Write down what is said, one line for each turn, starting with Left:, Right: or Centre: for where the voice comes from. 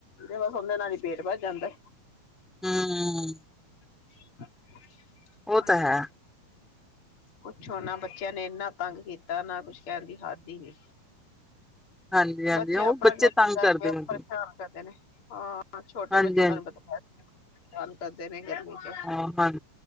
Left: ਬਸ ਉਹਦੇ ਨਾਲ ਹੀ ਪੇਟ ਭੱਰ ਜਾਂਦਾ
Centre: ਹਮ ਹਮ
Left: <unintelligible>
Centre: ਉਹ
Left: ਓਏ
Centre: ਤਾਂ
Left: ਨਾ
Centre: ਹੈ
Left: ਪੁੱਛੋ ਨਾ ਬੱਚਿਆਂ ਨੇ ਇੰਨਾ ਤੰਗ ਕੀਤਾ ਨਾ ਕੁਛ ਕਹਿਣ ਦੀ ਹਾਦ ਹੀ ਨੀ
Centre: ਹਾਂਜੀ ਹਾਂਜੀ
Left: ਬੱਚੇ
Centre: ਉਹ
Left: ਆਪਣਾ ਗਰ
Centre: ਤੰਗ
Left: ਕਰਕੇ
Centre: ਕਰਦੇ
Left: ਉਹ
Centre: ਹਾਂਜੀ
Left: ਪਰੇਸ਼ਾਨ ਕਰਦੇ ਨੇ ਆਹ ਹਾਂ ਛੋਟੇ
Centre: ਹਾਂਜੀ
Left: ਬੱਚੇ ਤੁਹਾਨੂੰ ਪਤਾ ਤੇ ਹੈ ਪਰੇਸ਼ਾਨ ਕਰਦੇ ਹੈ ਨੇ ਗਰਮੀ ਚ
Centre: ਹਾਂ ਹਾਂ